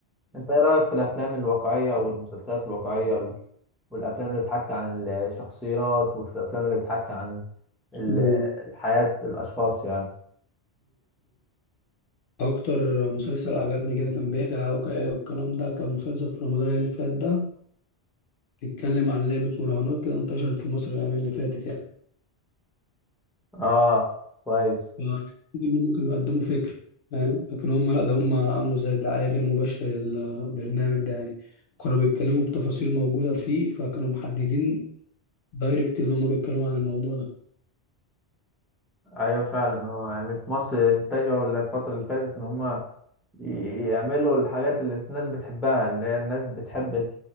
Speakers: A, in the centre; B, on the left.
A: انت ايه رايك في الافلام الواقعيه والمسلسلات الواقعيه وال- والافلام اللي بتحكي عن الشخصيات وفي الافلام اللي بتحكي عن ال-
B: حلو
A: الحياه الاشخاص يعني
B: اكتر مسلسل عجبني كده كان بيحكي عن واقعية والكلام ده كان مسلسل في رمضان اللي فات ده بيتكلم عن لعبة مراهنات كده انتشرت في مصر الايام اللي فاتت يعني
A: اه كويس
B: فالمفروض انهم كانوا يقدموا فكرة فاهم لكن هم لا ده هم عملوا زي دعاية غير مباشرة للبرنامج ده يعني كانوا بيتكلموا بتفاصيل موجودة فيه فكانوا محددين دايركت اللي هم بيتكلموا عن الموضوع ده
A: ايوه فعلا هو يعني في مصر اتجهوا الفتره اللي فاتت ان هم يعملوا الحاجات اللي الناس بتحبها اللي هي الناس بتحب